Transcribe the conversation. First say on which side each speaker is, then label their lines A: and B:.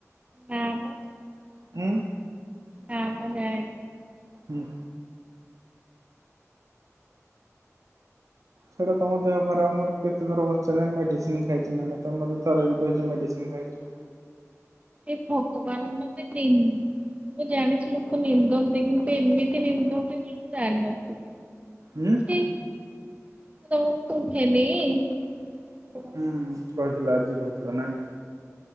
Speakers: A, on the right; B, on the right.
A: ନାଁ ମ।
B: ହୁଁ।
A: ନାଁ ମନେ ନାଇଁ।
B: ହୁଁ। ସେଇଟା ତମ ଦେହ ଖରାପ ମୋର କେତେଥର ପଚାରିଲାଣି ମେଡ଼ିସିନି ଖାଇଛି ନା ନାଇଁ ତମ ମୋତେ ଥରେ ବି କହିଛ ମେଡ଼ିସିନ ଖାଇଛ।
A: ଏ ଭଗବାନ ମାନେ ନିନ୍ଦ୍ ମୁଁ ଜାଣିଛି ଲୋକ ନିନ୍ଦନ୍ତି କିନ୍ତୁ ଏମିତି ନିନ୍ଦନ୍ତି ବୋଲି ମୁଁ ଜାଣିନଥିଲି।
B: ହୁଁ
A: ଚ୍ଛି ମୁଁ ତମକୁ କୁହେନି ହେ ଭଗବାନ
B: ହୁଁ କହିଥିଲ ଆଜି କହିଥିଲ ନାଇଁ କି।